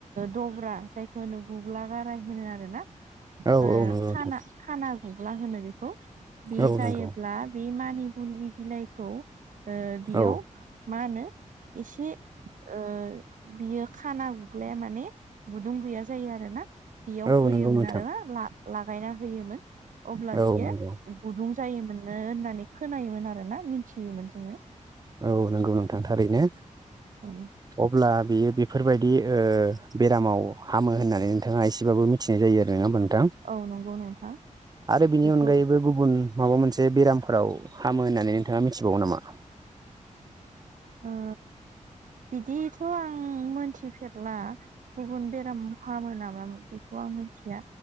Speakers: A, on the right (about 80°); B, on the right (about 30°).
A: दब्रा जायखौ होनो गुुब्ला गाराय होनो आरो ना
B: औ
A: ओ
B: औ नंगौ नोंथां
A: खाना खाना गुग्ला होनो बेखौ बे
B: औ
A: जायोब्ला
B: नंगौ
A: बे मानिगुनि बिलाइखौ ओ बेयाव
B: औ
A: मा होनो एसे ओ बियो खाना गुग्लाया माने गुदुं गैया जायो आरो ना। बेयाव होयोमोन
B: औ नंगौ नोंथां
A: आरो ना लागायना होयोमोन अब्ला
B: औ
A: बियो
B: नंगौ
A: गुदुं जायोमोननो होननानै खोनायोमोन आरोना मिथियोमोन जोङो
B: औ नंगौ नोंथां थारैनो।
A: औ।
B: अब्ला बियो बेफोरबायदि ओ बेरामाव हामो होननानै नोंथाङा एसेबाबो मि थिनाय जायो आरो नङा होनबा नोंथां?
A: औ नंगौ नोंथां
B: आरो बिनि
A: बेखौ
B: अनगायैबो गुबुन माबा मोनसे बेरामफोराव हामो होननानै नोंथाङा मिथिबावो नामा?
A: ओ बिदिथ' आं मोनथिफेरला। गुबुन बेराम फामो नामा बेखौ आं मिथिया